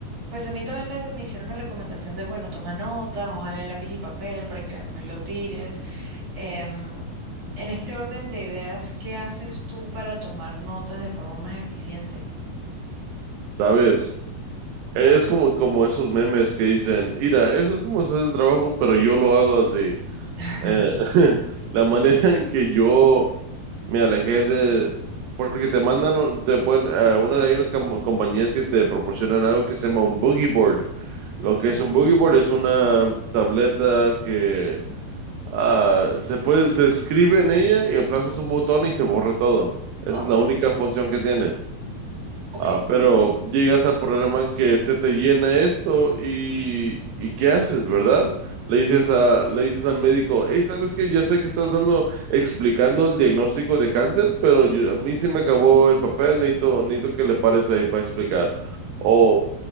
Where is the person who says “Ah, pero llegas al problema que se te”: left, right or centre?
Right